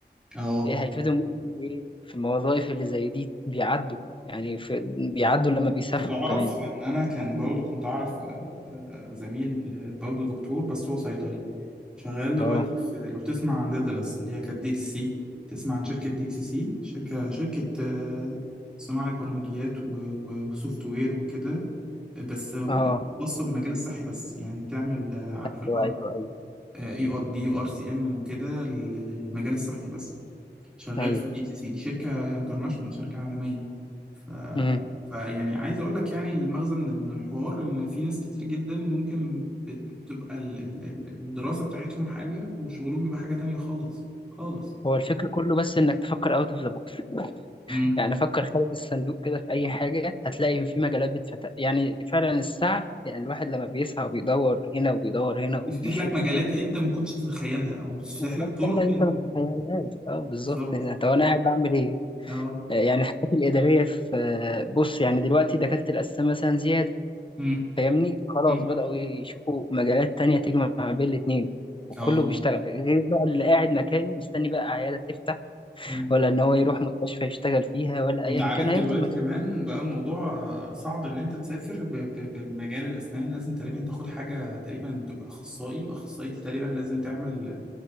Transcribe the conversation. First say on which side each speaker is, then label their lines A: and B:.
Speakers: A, in the centre; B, on the left.
A: اه
B: ايه هيفيدهم ام بي اي في الوظائف اللي زي دي بيعدوا يعني في بيعدوا لما بيسافروا
A: تعرف
B: كمان
A: ان انا كان برضو كنت اعرف آه، آه، زميل آه، برضو دكتور بس هو صيدلي شغال دلوقتي
B: اه
A: في لو تسمع عن ديدلس اللي هي كانت دي اكس سي تسمع عن شركة دي اكس سي شركة شركة آه، صناعة برمجيات و- و- وسوفت وير وكده آه، بس آم،
B: اه
A: خاصة بالمجال الصحي بس يعني بتعمل آه، عارف
B: ايوه
A: ال
B: ايوه
A: اي ار بي وار سي ام وكده لل- للمجال الصحي بس شغال
B: ايوه
A: في اتش سي سي، دي شركه انترناشونال شركه عالميه ف...
B: امم
A: فيعني عايز اقول لك يعني المغزى من من الحوار ان في ناس كتير جدا ممكن بت- بتبقى ال- ال- ال- الدراسه بتاعتهم حاجه وشغلهم بيبقى حاجه تانية خالص خالص
B: هو الفكر كله بس انك تفكر اوت اوف ذا بوكس <laughs>
A: امم
B: يعني فكر خارج الصندوق كده في اي حاجه هتلاقي في مجالات بتفتح يعني فعلا السعي يعني الواحد لما بيسعى وبيدور هنا وبيدور هنا وبيشوف
A: بتفتح لك مجالات
B: الدنيا
A: انت ما كنتش تتخيلها او بتفتح
B: مجالات
A: لك طرق
B: سهلة أنت
A: انت
B: ما
A: ما كنتش-
B: تتخيلهاش أه بالظبط
A: بالظبط
B: طب أنا قاعد بعمل إيه؟
A: اه
B: آه، يعني الحاجات الإدارية في آه، بص يعني دلوقتي دكاترة الأسنان مثلا زيادة
A: امم
B: فاهمني؟ خلاص
A: امم
B: بدأوا يشوفوا مجالات تانية تجمع بين الاتنين وكله
A: اه
B: بيشتغل غير بقى اللي قاعد مكانه مستني بقى عيادة تفتح
A: مم.
B: ولا إن هو يروح مستشفى يشتغل فيها ولا أيا
A: انت عارف
B: كان هيفضل
A: دلوقتي
B: مكانه
A: كمان بقى الموضوع آه، صعب ان انت تسافر ب- ب- بمجال الاسنان لازم تقريبا تاخد حاجه تقريبا تبقى اخصائي واخصائي دي تقريبا لازم تعمل